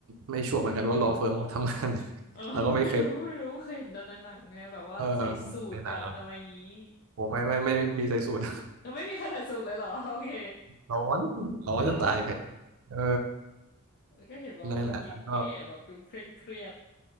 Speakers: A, on the right; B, on the left.
A: ไม่ชัวร์เหมือนกันว่าลอเฟิร์มเขาทำงาน <laughs>
B: เออ <laughs>
A: เราก็ไม่เคย
B: ไม่รู้ไม่รู้เคยเห็นแต่ในหนังไงแบบว่าใส่สูทกันอะไรอย่างนี้
A: เออในหนังเหรอโอ้ไม่ไม่ไม่ไม่ไมมีใส่สูท <laughs>
B: แล้วไม่มีใครใส่สูทเลยเหรอ <laughs> โอเค
A: ร้อนร้อนจะตายใคร
B: <laughs> เหรอ
A: เออ
B: แล้วก็เห็นบอกว่าคนแก่ๆแบบดูเคร่งเครียด
A: นั่นแหละแล้วก็